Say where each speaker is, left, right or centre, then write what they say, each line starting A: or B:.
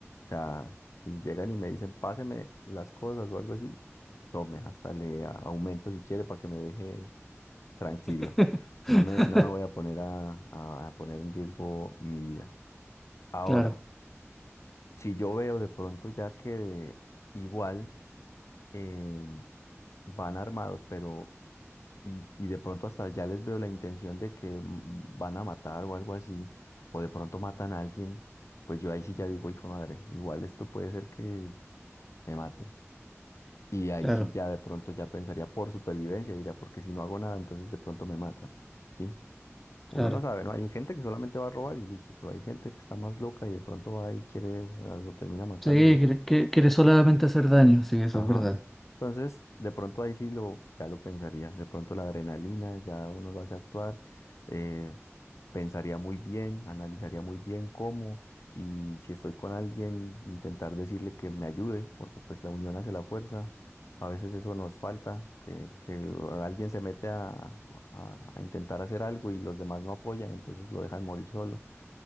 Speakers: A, on the left; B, in the centre.
A: O sea, si llegan y me dicen, páseme las cosas o algo así, tome, hasta le a- aumento si quiere para que me deje tranquilo.
B: <laughs>
A: No me, no me voy a poner a, a- a poner en riesgo mi vida. Ahora,
B: Claro,
A: si yo veo de pronto ya que igual eh, van armados, pero y, y de pronto hasta ya les veo la intención de que mm, van a matar o algo así, o de pronto matan a alguien, pues yo ahí sí ya digo, hijo de madre, igual esto puede ser que me maten. Y ahí
B: claro,
A: sí ya de pronto ya pensaría por supervivencia, diría, porque si no hago nada, entonces de pronto me matan. ¿sí?
B: claro.
A: Uno no sabe, ¿no? Hay gente que solamente va a robar y listo, pero hay gente que está más loca y de pronto va y quiere, lo termina matando
B: Sí,
A: y
B: quiere,
A: ya.
B: quiere- quiere solamente hacer daño, sí, eso
A: Ajá.
B: es verdad.
A: Entonces, de pronto ahí sí lo, ya lo pensaría. De pronto la adrenalina ya uno lo hace actuar. eh, pensaría muy bien, analizaría muy bien cómo y si estoy con alguien, intentar decirle que me ayude, porque pues la unión hace la fuerza. A veces eso nos falta, que, que alguien se mete a, a a intentar hacer algo y los demás no apoyan, entonces lo dejan morir solo.